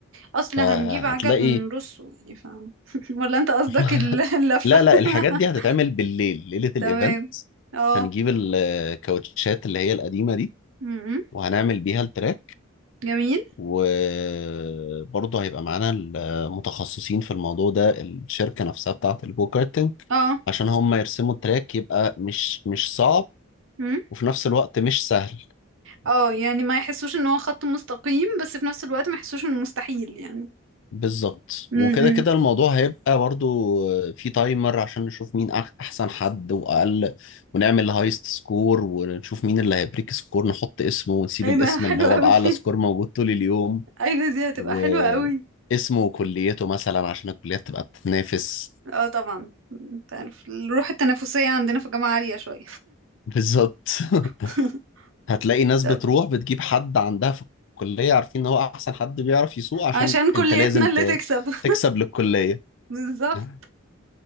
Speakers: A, on the right; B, on the left.
A: اصلا
B: فهتلاقي
A: هنجيب عجل ونرصه يعني فاهم <laughs> ولا انت قصدك
B: <laughs>
A: ال- اللفة
B: لا
A: <laughs>
B: لا الحاجات دي هتتعمل بالليل ليلة الايفنت
A: تمام اه
B: هنجيب الكاوتشات اللي هي القديمة دي
A: م-م.
B: وهنعمل بيها التراك
A: جميل
B: وبرضه هيبقى معانا المتخصصين في الموضوع ده الشركة نفسها بتاعة الجو كارتنج
A: اه
B: عشان هم يرسموا التراك يبقى مش مش صعب
A: م.
B: وفي نفس الوقت مش سهل
A: اه يعني ما يحسوش ان هو خط مستقيم بس في نفس الوقت ما يحسوش انه مستحيل يعني
B: بالظبط
A: م-م.
B: وكده كده الموضوع هيبقى برضه في تايمر عشان نشوف مين أح- أحسن حد وأقل ونعمل هايست سكور ونشوف مين اللي هيبريك سكور نحط اسمه ونسيب
A: ايه
B: الاسم
A: ده حلو
B: اللي هو
A: قوي
B: بأعلى
A: <laughs>
B: سكور موجود طول اليوم
A: ايوه دي هتبقى
B: و
A: حلوة قوي
B: اسمه وكليته مثلا عشان الكليات تبقى بتتنافس
A: اه طبعا انت عارف الروح التنافسية عندنا في الجامعة عالية شوية
B: بالظبط <laughs>
A: <laughs>
B: هتلاقي ناس
A: طب
B: بتروح بتجيب حد عندها في الكلية عارفين ان هو احسن حد بيعرف يسوق عشان
A: عشان كليتنا
B: انت لازم
A: اللي
B: ت...
A: تكسب <laughs>
B: تكسب للكلية
A: بالظبط
B: <laughs>